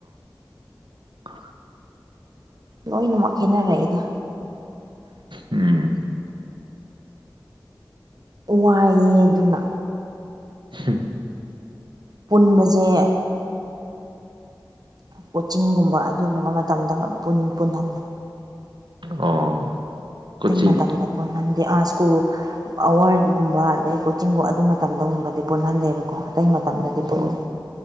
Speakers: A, on the right; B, on the right.
A: ꯑ
B: ꯂꯣꯏꯅꯃꯛ ꯈꯦꯠꯅꯔꯛꯏꯗ
A: ꯎꯝ
B: ꯋꯥꯏꯑ ꯑꯗꯨꯅ
A: ꯎꯝ
B: ꯄꯨꯟꯕꯁꯦ ꯀꯣꯆꯤꯡꯒꯨꯝꯕ ꯑꯗꯨꯒꯨꯝꯕ ꯃꯇꯝꯗ ꯄꯨꯟꯍꯜꯂꯦ
A: ꯑꯣ
B: ꯑꯇꯩ
A: ꯀꯣꯆꯤꯡ
B: ꯃꯇꯝꯗ ꯐ ꯅꯗꯦ ꯁ꯭ꯀꯨꯜ ꯑꯋꯥꯔꯒꯨꯝꯕ ꯑꯗꯩ ꯀꯣꯆꯤꯡꯒꯨꯝꯕ ꯑꯗꯨ ꯃꯇꯝꯗꯒꯨꯝꯕꯗꯤ ꯄꯨꯟꯍꯜꯂꯦꯕꯀꯣ ꯑꯇꯩ ꯃꯐꯝꯗꯗꯤ ꯄꯨꯟꯗꯦ
A: ꯑꯣ